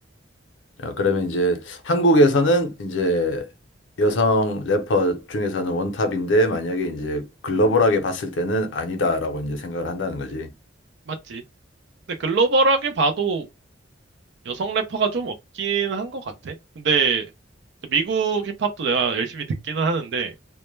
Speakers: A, on the left (about 75°); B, on the right (about 65°).
A: 아, 그러면 이제 한국에서는 이제 여성 래퍼 중에서는 원탑인데 만약에 이제 글로벌하게 봤을 때는 아니다라고 이제 생각을 한다는 거지.
B: 맞지? 근데 글로벌하게 봐도 여성 래퍼가 좀 없긴 한 것 같아. 근데 미국 힙합도 내가 열심히 듣기는 하는데